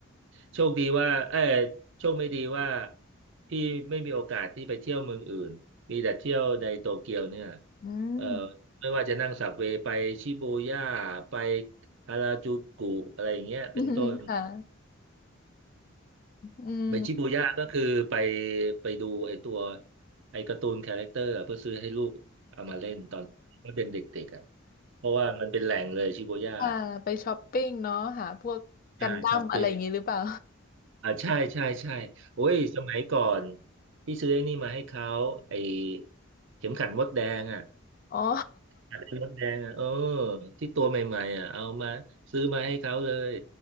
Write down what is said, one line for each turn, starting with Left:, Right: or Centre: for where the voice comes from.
Right: โชคดีว่าเออโชคไม่ดีว่าพี่ไม่มีโอกาสที่ไปเที่ยวเมืองอื่นมีแต่เที่ยวในโตเกียวเนี่ย
Left: อืม
Right: เออไม่ว่าจะนั่งสับเวย์ไปชิบูย่าไปฮาราจูกุอะไรอย่างเงี้ยเป็นต้น
Left: <laughs> ค่ะ อืม
Right: ไปชิบูย่าก็คือไปไปดูไอตัวไอการ์ตูนคาแรคเตอร์อะเพื่อซื้อให้ลูกเอามาเล่นตอนเขาเป็นเด็กๆอ่ะเพราะว่ามันเป็นแหล่งเลยชิบูย่า
Left: อ่าไปช้อปปิ้งเนาะหาพวกกันดั้มอะไรอย่างงี้หรือเปล่า
Right: ใช่ช้อปปิ้บอ่าใช่ใช่ใช่โอ้ยสมัยก่อนพี่ซื้อไอ้นี่มาให้เขาไอเข็มขัดมดแดงอ่ะ
Left: <laughs> อ๋อ
Right: ขัดมดแดงอ่ะเออที่ตัวใหม่ๆอ่ะเอามาซื้อมาให้เขาเลย